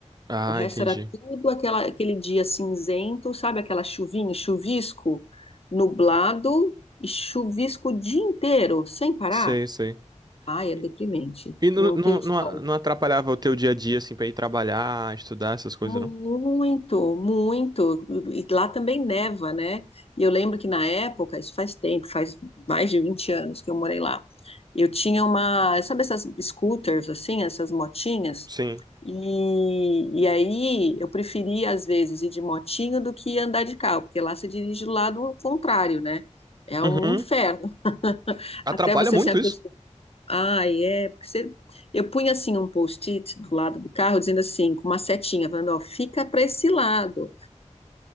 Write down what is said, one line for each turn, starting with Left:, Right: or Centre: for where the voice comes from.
Right: Ah,
Left: O resto
Right: entendi.
Left: era tudo aquela- aquele dia cinzento, sabe? Aquela chuvinha, chuvisco, nublado e chuvisco o dia inteiro, sem parar.
Right: Sei, sei.
Left: Ai, é
Right: E
Left: deprimente
Right: e não,
Left: não
Right: não,
Left: ter o sol.
Right: não a- não atrapalhava o teu dia a dia, assim, pra ir trabalhar, estudar, essas coisas,
Left: Muito,
Right: não?
Left: muito. E lá também neva, né? E eu lembro que na época, isso faz tempo, faz mais de 20 anos que eu morei lá. Eu tinha uma, sabe essas scooters assim, essas motinhas?
Right: Sim.
Left: E, e aí eu preferia às vezes ir de motinho do que andar de carro, porque lá você dirige do lado contrário, né? É
Right: Uhum.
Left: um inferno.
Right: Atrapalha
Left: Até você
Right: muito
Left: se acostumar.
Right: isso.
Left: Ah, é, porque você... eu punha assim um post-it do lado do carro, dizendo assim, com uma setinha, falando, ó, fica para esse lado,